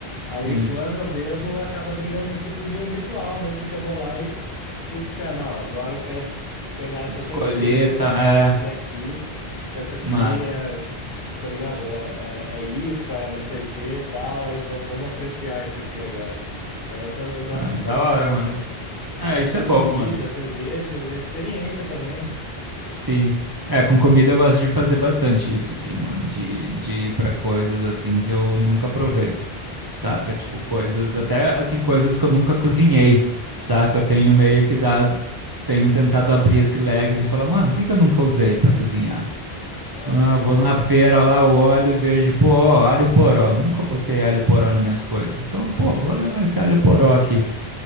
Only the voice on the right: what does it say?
sim.
Escolher,
tá?
É,
massa.
Ah,
da
hora,
mano.
É,
isso
é bom,
mano.
Sim. É, com comida eu gosto de fazer bastante isso, assim, mano. De, de ir pra coisas assim que eu nunca provei. Saca? Tipo, coisas, até assim, coisas que eu nunca cozinhei, saca? Eu tenho meio que dado, tenho tentado abrir esse leque assim, e falar, mano, o que que eu nunca usei pra cozinhar?
Ah, vou na feira lá, olho e vejo, pô, ó, alho poró. Nunca botei alho poró nas minhas coisas. Então, pô, vou levar esse alho poró aqui.